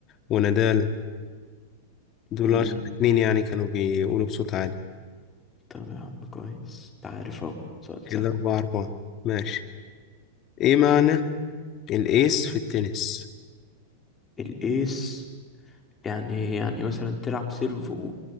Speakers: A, on the left; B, on the left.
A: ونادال دول
B: امم
A: أشهر اتنين يعني كانوا بيقولوا بصوت عالي
B: طب يا عم كويس انت عارف اهو سؤال
A: كده
B: سهل
A: أربعة أربعة ماشي إيه معنى الإيس في التنس؟
B: الايس يعني يعني مثلا تلعب سيرف و...